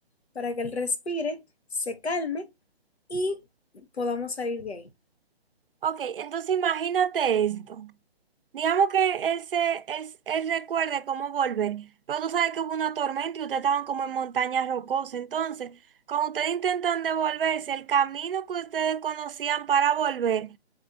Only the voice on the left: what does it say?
para que él respire, se calme y podamos salir de ahí.